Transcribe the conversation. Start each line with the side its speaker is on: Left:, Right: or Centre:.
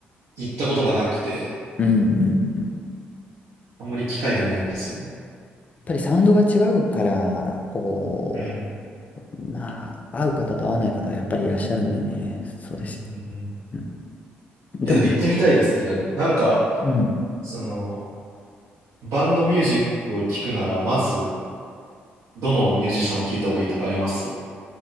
Right: 行ったことがなくて、
Left: うんうんうん。や
Right: あんまり機会がないんですよね。
Left: っぱりサウンドが違うから、こ
Right: うん、
Left: う、まあ、合う方と合わない方はやっぱりいらっしゃるんでね。そうですよ。
Right: うん、うん、うん。
Left: うん、でも、
Right: いや、でも行ってみたいですけどね。なんか、
Left: うん。
Right: その、バンドミュージックを聞くなら、まず、どのミュージシャンを聞いた方がいいとかあります